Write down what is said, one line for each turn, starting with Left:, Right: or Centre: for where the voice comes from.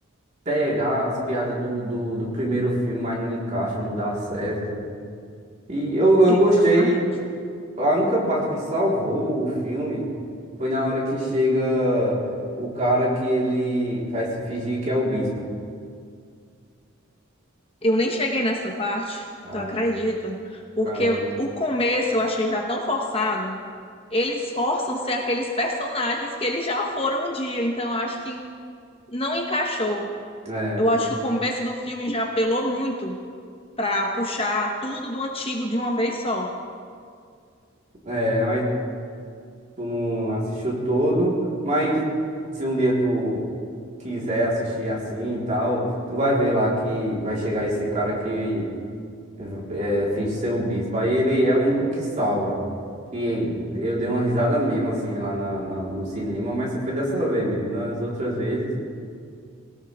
Right: pegar as piadas do, do, do primeiro filme, mas não encaixa, não dá certo. E eu, eu gostei,
Left: Exatamente.
Right: A única parte que salvou o filme foi na hora que chega o cara que ele vai se fingir que é o bispo.
Left: Eu nem cheguei nessa parte,
Right: Ah,
Left: tu acredita? Porque
Right: caramba.
Left: o começo eu achei já tão forçado. Eles forçam ser aqueles personagens que eles já foram um dia, então eu acho que não encaixou.
Right: É,
Left: Eu acho que o começo do filme já apelou muito para puxar tudo do antigo de uma vez só.
Right: é, aí tu não assistiu todo, mas se um dia tu quiser assistir assim e tal, tu vai ver lá que vai chegar esse cara que é, finge ser o bispo. Aí ele é o único que salva. Que eu dei uma risada mesmo assim lá na, na- no cinema, mas só foi dessa vez mesmo. Nas outras vezes.